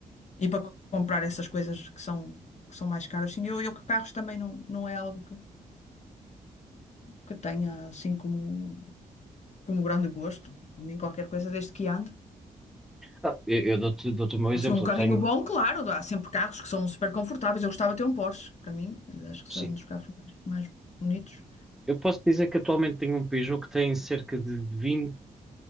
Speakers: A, on the left (about 50°); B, in the centre.
A: e para comprar essas coisas que são que são mais caras. Sim, eu, eu carros também não, não é algo que, que tenha assim como como grande gosto. Por mim qualquer coisa desde que ande.
B: Ah, eu eu dou-te dou-te o meu exemplo.
A: Foi um carrinho
B: Eu tenho,
A: bom, claro, há sempre carros que são super confortáveis. Eu gostava de ter um Porsche, para mim, acho que
B: sim,
A: são um dos carros mais, mais bonitos.
B: Eu posso dizer que atualmente tenho um Peugeot que tem cerca de vinte,